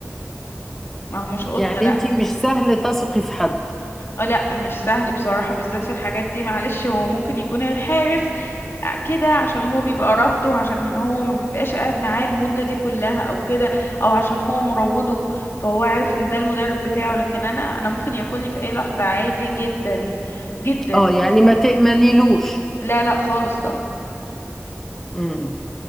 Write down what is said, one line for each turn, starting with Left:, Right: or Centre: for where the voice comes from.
Left: ما هو مش قطة
Centre: يعني
Left: لا
Centre: انت مش سهل تثقي في حد
Left: اه لا مش سهل بصراحة بالذات في الحاجات دي معلش هو ممكن يكون الحارس آه، كده عشان هو بيبقى رابطه عشان هو ما بيبقاش قاعد معاه المدة دي كلها او كده او عشان هو مروضه فهو عارف ان ده المدرب بتاعه لكن انا انا ممكن ياكلني في اي لحظة عادي جدا جدا
Centre: اه يعني ما تأمنيلوش
Left: لا لا خالص طبعا
Centre: امم